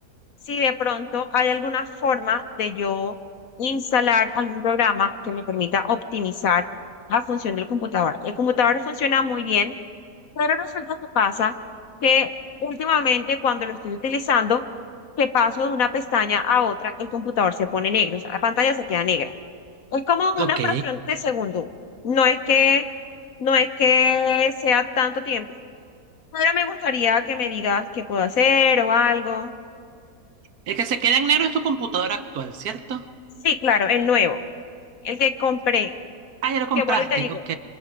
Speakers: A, on the left; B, on the right.
A: si de pronto hay alguna forma de yo instalar algún programa que me permita optimizar la función del computador. El computador funciona muy bien. Pero resulta que pasa que últimamente cuando lo estoy utilizando, que paso de una pestaña a otra, el computador se pone negro, o sea, la pantalla se queda negra. Es como
B: ok.
A: una fracción de segundo. No es que, no es que sea tanto tiempo, pero me gustaría que me digas qué puedo hacer o algo.
B: El que se queda en negro es tu computadora actual, ¿cierto?
A: Sí, claro, el nuevo, el que compré,
B: Ah, ya lo compraste,
A: que vuelvo y te digo,
B: ok,